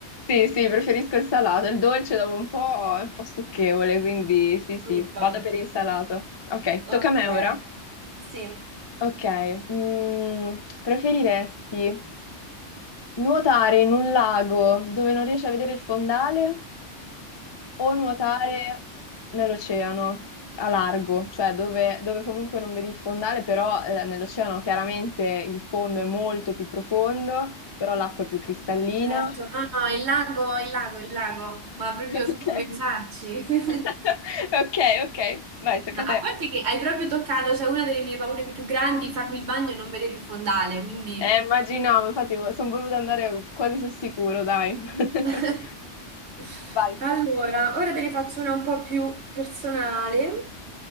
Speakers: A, on the left; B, on the right.
A: Sì, sì, preferisco il salato. Il dolce dopo un po' è un po' stucchevole, quindi sì,
B: Disturba.
A: sì, vado per il salato. Ok,
B: Ok,
A: tocca a me ora.
B: sì.
A: Ok, mm, preferiresti nuotare in un lago dove non riesci a vedere il fondale o nuotare
B: Mhm.
A: nell'oceano a largo, cioè dove, dove comunque non vedi il fondale, però eh, nell'oceano chiaramente il fondo è molto più profondo, però l'acqua è più cristallina.
B: Certo,
A: <laughs>
B: no, no, il lago, il lago, il lago, ma proprio senza
A: Ok.
B: pensarci. <laughs>
A: <laughs> Ok, ok, vai, tocca
B: No,
A: a
B: a
A: te.
B: parte che hai proprio toccato, cioè una delle mie paure più grandi, farmi il bagno e non vedere il fondale, quindi...
A: Eh, immaginavo, infatti sono voluta andare quasi sul sicuro, dai. <laughs>
B: <laughs>
A: Vai.
B: Allora, ora te ne faccio una un po' più personale.